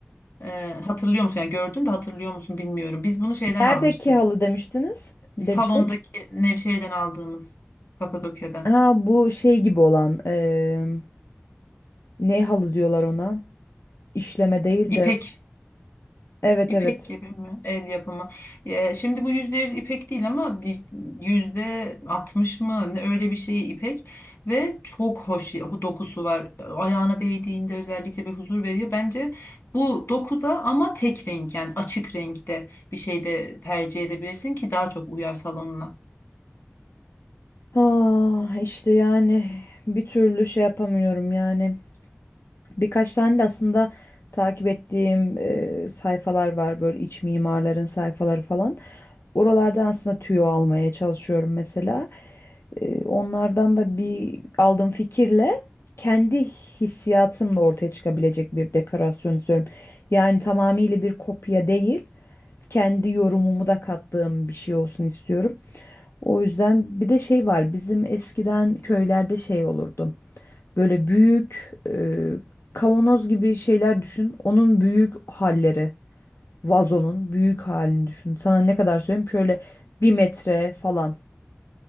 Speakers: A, on the left; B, on the left.
A: E, hatırlıyor musun? Yani gördün de hatırlıyor musun bilmiyorum. Biz bunu şeyden
B: Neredeki
A: almıştık.
B: halı demiştiniz? Demiştim.
A: Salondaki Nevşehir'den aldığımız Kapadokya'da.
B: Ha bu şey gibi olan eee, ne halı diyorlar ona? İşleme değil
A: İpek.
B: de. Evet
A: İpek
B: evet.
A: gibi mi? El yapımı. Ya, şimdi bu yüzde yüz ipek değil ama bir yüzde altmış mı ne öyle bir şey ipek ve çok hoş ya- dokusu var. Ayağına değdiğinde özellikle bir huzur veriyor. Bence bu dokuda ama tek renk yani açık renkte bir şey de tercih edebilirsin ki daha çok uyar salonuna.
B: Ah işte yani bir türlü şey yapamıyorum yani. Birkaç tane de aslında takip ettiğim e, sayfalar var böyle iç mimarların sayfaları falan. Oralardan aslında tüyo almaya çalışıyorum mesela. E, onlardan da bir aldığım fikirle kendi hissiyatımla ortaya çıkabilecek bir dekorasyon istiyorum. Yani tamamıyla bir kopya değil, kendi yorumumu da kattığım bir şey olsun istiyorum. O yüzden bir de şey var bizim eskiden köylerde şey olurdu. Böyle büyük e, kavanoz gibi şeyler düşün. Onun büyük halleri, vazonun büyük halini düşün. Sana ne kadar söyleyeyim şöyle bir metre falan.